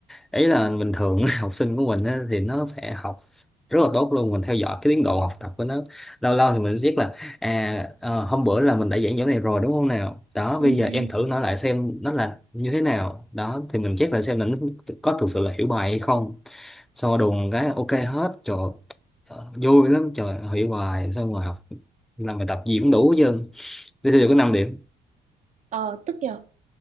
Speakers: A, in the centre; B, on the right.
A: ý là bình thường <laughs> học sinh của mình á, thì nó sẽ học rất là tốt luôn mình theo dõi cái tiến độ học tập của nó lâu lâu thì mình biết là à ờ, hôm bữa là mình đã giảng chỗ này rồi đúng không nào đó
B: ừ
A: bây giờ
B: ừ
A: em thử
B: ừ
A: nói lại xem nó là như thế nào đó thì mình check lại xem là nó có thực sự là hiểu bài hay không sau đùng cái ok hết trời ờ, vui lắm trời hiểu bài xong rồi học làm bài tập gì cũng đủ hết trơn thế thì có năm điểm
B: ờ tức nhờ